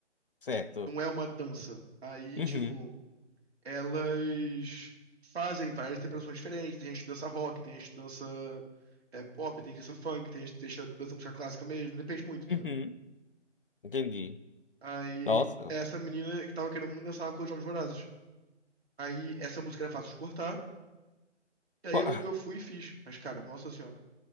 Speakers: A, on the left; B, on the right.
A: Certo.
B: Não é uma dança. Aí,
A: Uhum.
B: tipo, elas fazem várias interpretações diferentes. Tem gente que dança rock, tem gente que dança é, pop, tem gente que dança funk, tem gente que deixa- dança música clássica mesmo, depende muito, entendeu?
A: Uhum. Entendi.
B: Aí,
A: Nossa.
B: essa menina que tava querendo muito dançar uma coisa de Jogos Vorazes. Aí, essa música era fácil de cortar, e aí
A: Qual,
B: eu, eu fui
A: <laughs>
B: e fiz. Mas, cara, nossa senhora.